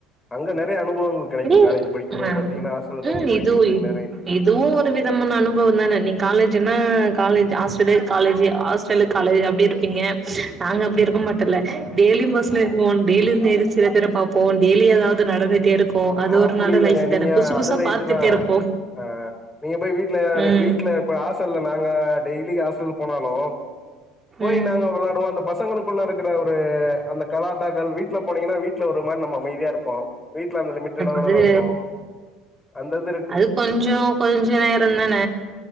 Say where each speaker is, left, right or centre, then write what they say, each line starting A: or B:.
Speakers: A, on the left (about 15°); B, on the right (about 25°).
A: அங்க நறைய அனுபவங்கள் கடைக்கு
B: ம்
A: காலேஜ் படிக்கும் போது
B: ம்
A: பாத்தீங்கன்னா ஹாஸ்டல்ல தங்கி
B: ம்
A: படிக்கிறது
B: இது
A: இந் மாரி
B: இதுவு ஒரு விதமான அனுபவம் தான நீ காலேஜ்ன்னா காலேஜ் ஆஸ்டலு காலேஜ் ஆஸ்டலுக் காலேஜ் அப்டி இருப்பீங்க நாங்க அப்டி இருக்க மாட்டல்ல டெய்லியு பஸ்ல ஏறுவோ டெய்லியும் சில பேர் பார்ப்போ டெய்லி எதாவது நடந்துட்டே இருக்கு அது
A: அப்டி
B: ஒரு நல்ல
A: இல்லங்க
B: லைஃப் தான
A: நீங்க
B: புசுசு புதுசா
A: அது ரைட்டு
B: பா்த்துட்டே
A: தா
B: இருப்போ
A: ஆ நீங்க போய் வீட்ல யாரு
B: ம்
A: வீட்ல ஹாசல் நாங்க டெய்லி ஆஸ்டல் போனாலு போய்
B: ம்
A: நாங்க வெளாட சோ அந்த பசங்களுக்குள்ள இருக்கிற ஒரு அந்த கலாட்டாக்கள் வீட்ல போனீங்கன்னா வீட்ல ஒரு மாரி நம்ம அமைதியா இருப்போ வீட்ல அந்த லிமிட்டட் அளவுலதா
B: அது
A: இருப்போ அந்தது
B: அது கொஞ்சோ கொஞ்ச நேரந்தான